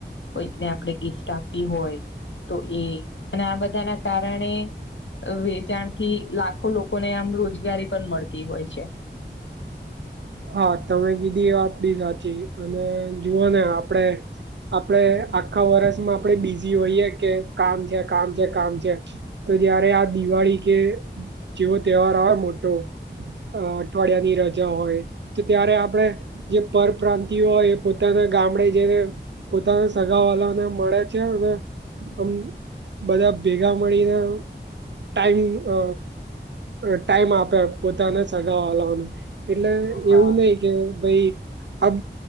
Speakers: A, on the left; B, on the right.
A: કોઈકને આપડે ગિફ્ટ આપવી હોય તો એ અને આ બધા ના કારણે અહ વેચાણ થી લાખો લોકોને આમ રોજગારી પણ મળતી હોય છે.
B: હા, તમે કીધી એ વાત બી સાચી અને જુઓ ને આપડે આપડે આખા વર્ષમાં આપણેે બીઝી હોઈએે કે કામ છે કામ છે કામ છે. તો જયારે આ દિવાળી કે જેવો તહેવાર આવે મોટો અહ અઠવાડિયા ની રજ જા હોય તો ત્યારે આપડે જે પરપ્રાંતિય હોય એ પોતાના ગામડે જઈને પોતાના સગા વાલાને મળે છે અને આમ બધા ભેગા મળીને ટાઈમ અહ અહ ટાઈમ આપે પોતાને સગા વાલાવાનું એટલે
A: હા
B: એવું નહીં કે ભઈ આપ